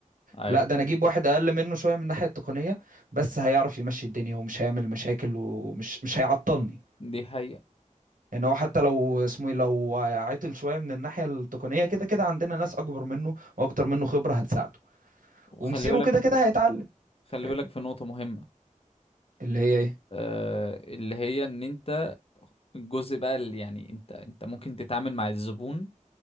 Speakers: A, on the left; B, on the right.
A: ايوه
B: لا ده انا اجيب واحد
A: أيوة.
B: اقل منه شويه من الناحيه التقنيه بس هيعرف يمشي الدنيا ومش هيعمل مشاكل ومش مش هيعطلني
A: دي حقيقة
B: يعني هو حتى لو اسمه ايه لو عطل شويه من الناحيه التقنيه كده كده عندنا ناس اكبر منه واكتر منه خبره هتساعده
A: وخلي
B: ومسيره
A: بالك
B: كده كده هيتعلم
A: خلي
B: ف-
A: بالك في نقطة مهمة
B: اللي هي ايه
A: آه اللي هي ان انت الجزء بقى اللي يعني انت انت ممكن تتعامل مع الزبون